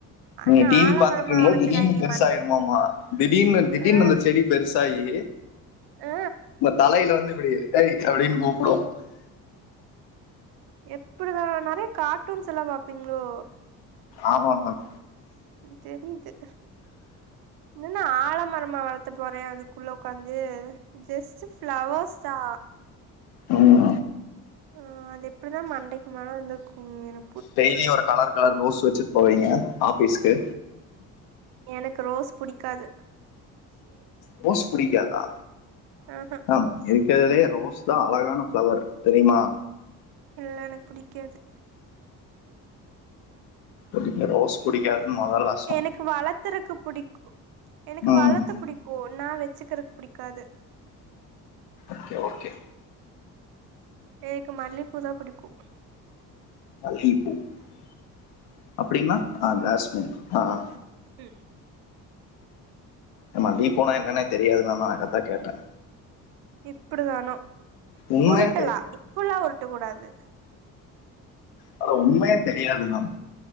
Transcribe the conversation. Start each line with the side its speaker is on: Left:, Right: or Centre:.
Right: ஆனா
Left: நீங்க டிவி
Right: ஆலமரமா
Left: பாத்துட்ருக்கும்
Right: வளத்துறாய்ங்க
Left: போது திடீர்னு பெருசாயிருமாமா
Right: மண்
Left: திடீர்னு திடீர்னு
Right: ஆ
Left: அந்த செடி பெருசாயி
Right: ஆ
Left: தலையில வந்து இப்புடி ஏய் அப்படின் கூப்டு
Right: எப்டிதான நறைய கார்ட்டூன்ஸ் எல்லா பாப்பீங்ளோ
Left: ஆமா மேம்
Right: ம் தெரிது என்ன ஆழமரமா வளர்த்த போற அதுக்குள்ள உக்காந்து ஜஸ் ட்டு ஃப்ளவர்ஸ தா
Left: ஆமா
Right: ஆ அது எப்டிதா மண்டைக்கு மேல வந்து குன்னிரு
Left: டெய்லியு ஒரு கலர் கலர் ரோஸ் வச்சுட்டு போவீங்க ஆஃபீஸ்க்கு
Right: எனக்கு ரோஸ் புடிக்காது <unintelligible>
Left: போஸ் பிடிக்காதா
Right: ஆ ஆ
Left: மேம் இருக்கிறதுலே ரோஸ் தா அழகான பிளவர் தெரியுமா
Right: இல்ல எனக்கு பிடிக்காது
Left: எப்டிங்க ரோஸ் பிடிக்காதுனு மொதல்லா
Right: எனக்கு வளர்த்துறக்கு பிடிக்கு எனக்கு
Left: ம்
Right: வளர்த்த பிடிக் கோ நா வச்சுக்கறக்கு பிடிக்காது
Left: ஓகே ஓகே
Right: நேக்கு மல்லிப்பூதா பிடிக்கு
Left: மல்லியப்பூ அ அப்டினா ஆ ஜாஸ்மின் ஆ ஆ
Right: ம்
Left: ஏம்மா லீஃபோனா என்னன்னே தெரியாது தானா அதத்தா கேட்டே
Right: இப்டிதானோ
Left: உண்மையா
Right: உருட்டலா இப்டில்லா உருட்ட கூடாது
Left: அட உண்மையா தெரியாது மேம்